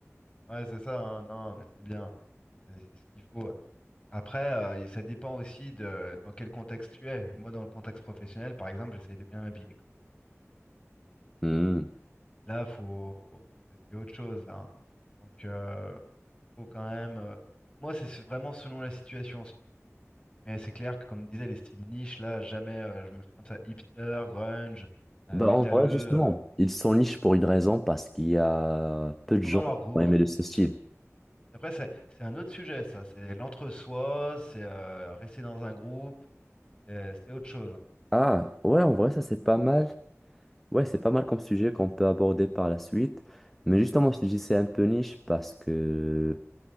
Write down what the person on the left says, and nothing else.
ouais, c'est ça, hein, non, mais c'est bien, c'est c'est ce qu'il faut. Après, euh, ça dépend aussi de dans quel contexte tu es. Moi, dans le contexte professionnel, par exemple, j'essaye de bien m'habiller.
Là, faut... c'est c'est autre chose, là. hein. Donc, euh, faut quand même. euh, Moi, c'est c'est vraiment selon la situation, si tu veux. Mais c'est clair que, comme disait, les styles niche, là, jamais euh, je me mettrais comme ça, hipster, grunge, euh,
métalleux,
euh,
ils
sont dans leur
groupe.
Après, c'est c'est un autre sujet, ça. C'est l'entre-soi, c'est euh, rester dans un groupe, c'est c'est autre chose. hein.